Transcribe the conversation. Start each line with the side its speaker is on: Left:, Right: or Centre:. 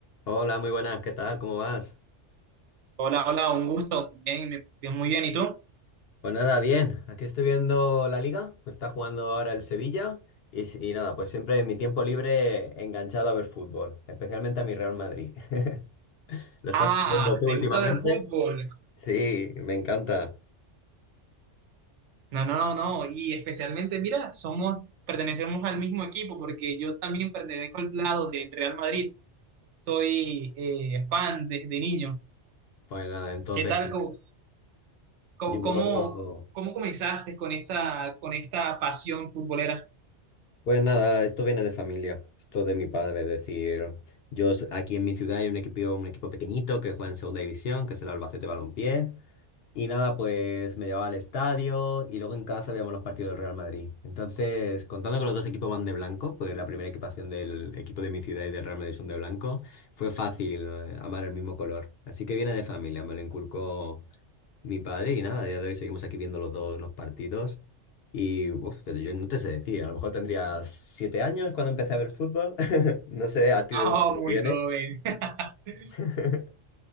Left: Hola, muy buenas, ¿qué tal? ¿Cómo vas?
Right: Hola, hola, un gusto. Bien, me- bien, muy bien. ¿Y tú?
Left: Pues nada, bien, aquí estoy viendo la liga, está jugando ahora el Sevilla y, s- y nada, pues siempre en mi tiempo libre enganchado a ver fútbol, especialmente a mi Real Madrid. <laughs> ¿Lo estás
Right: Ah,
Left: viendo tú
Right: ¿te
Left: últimamente?
Right: gusta ver fútbol?
Left: Sí, me encanta.
Right: No, no, no, no. Y especialmente, mira, somos, pertenecemos al mismo equipo porque yo también pertenezco al lado del Real Madrid. Soy eh, fan desde niño.
Left: Pues nada, entonces,
Right: ¿Qué tal? ¿Cómo, cómo,
Left: yo,
Right: cómo- cómo comenzaste con esta, con esta pasión futbolera? <laughs>
Left: pues nada, esto viene de familia, esto de mi padre, es decir, yo s- aquí en mi ciudad hay un equipo, un equipo pequeñito que juega en segunda división, que es el Albacete Balompié. Y nada, pues me llevaba al estadio y luego en casa veíamos los partidos del Real Madrid. Entonces, contando que los dos equipos van de blanco, pues la primera equipación del equipo de mi ciudad y del Real Madrid son de blanco, fue fácil eh, amar el mismo color. Así que viene de familia, me lo inculcó mi padre y nada, a día de hoy seguimos aquí viendo los dos los partidos. Y uf, pero yo no te sé decir, a lo mejor tendrías siete años cuando empecé a ver fútbol. <laughs> No sé a ti de
Right: Oh,
Left: dónde te
Right: muy
Left: viene.
Right: joven. <laughs>
Left: <laughs>